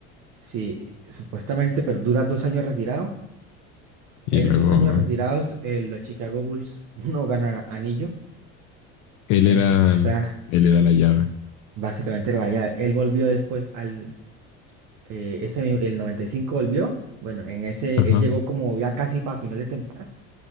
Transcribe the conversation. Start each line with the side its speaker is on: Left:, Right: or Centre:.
Right: sí, supuestamente, pero dura dos años retirado.
Left: Y
Right: En
Left: luego.
Right: esos años retirados, eh, los Chicago Bulls <laughs> no ganan anillo.
Left: Él
Right: En
Left: era.
Right: esos años que
Left: el-
Right: está
Left: él era la llave.
Right: básicamente en la llave. Él volvió después al eh, ese, el 95 volvió. Bueno, en ese
Left: Ajá.
Right: él llegó como ya casi para final de temporada.